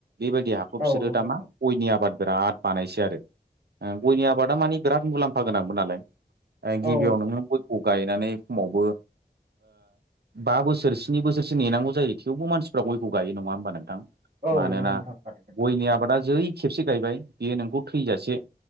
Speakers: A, on the right; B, on the right.
A: बेबायदि हा खौ
B: औ
A: बिसोरो
B: नंगौ
A: दामा
B: नोंथां
A: गयनि आबाद बिराद बानायसै आरो गयनि आबादा मानिे बिराद मुलाम्फा गोनांबो नालाय गिबियाव
B: औ
A: नोङो खौ गायनानै सममावबो बा बोसोर स्नि बोसोरसो नेनांगौ जायो थेवबो मानसिफ्रा गयखौ गायो नङा होमबा नोंथां
B: औ
A: मानोना
B: नंगौ नोंथां थारैनो
A: गयनि आबादा जै खेबसे गायबाय बेयो नोंखौ थैजासे